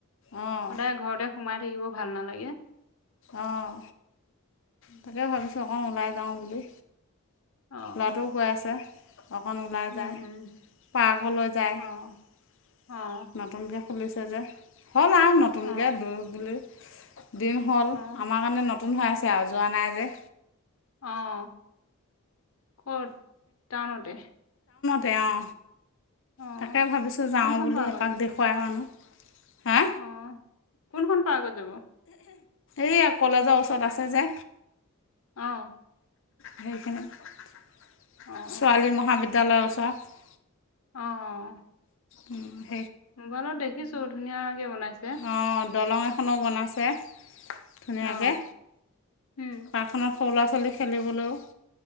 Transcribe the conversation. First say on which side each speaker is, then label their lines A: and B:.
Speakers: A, on the left; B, on the left.
A: অঁ
B: সদায় ঘৰতে সোমাই থাকিব ভাল নালাগে
A: অঁ
B: উম।
A: তাকে ভাবিছোঁ অকণ ওলাই যাওঁ বুলি
B: অ',
A: লাৰাতো কৈআছে অকণ ওলাই
B: উম,
A: যায়
B: উম,
A: পাৰ্কলৈ যায়
B: অ', অ',
A: নতুনকৈ খুলিছে যে হ'ল আৰু নতুনকৈ
B: অ',
A: দ বুলি দিন হ'ল
B: অ',
A: আমাৰ কাৰণে নতুন নতুন হৈ আছে আৰু যোৱা নাই যে।
B: আহ ক'ত টাউনতে
A: তেওঁ
B: অ',
A: তাকে ভাবিছোঁ যাওঁ
B: কোনখন
A: বুলি
B: পাৰ্কত
A: এপাক
B: যাব?
A: দেখুৱাই আনো। হা
B: অ কোনখন পাৰ্কত যাব?
A: এইয়া কলেজৰ ওচৰত আছে যে।
B: আহ।
A: সেই কিনে ছোৱালী
B: অ', অ',
A: মহাবিদ্যালয়ৰ ওচৰত।
B: অঁ।
A: উম।
B: মোবাইলত দেখিছোঁ ধুনীয়াকে বনাইছে।
A: অঁ দলং এখনো বনাইছে ধুনীয়াকৈ।
B: অ', উম।
A: পাৰ্কখনত সৰু ল'ৰা ছোৱালী খেলিবলৈও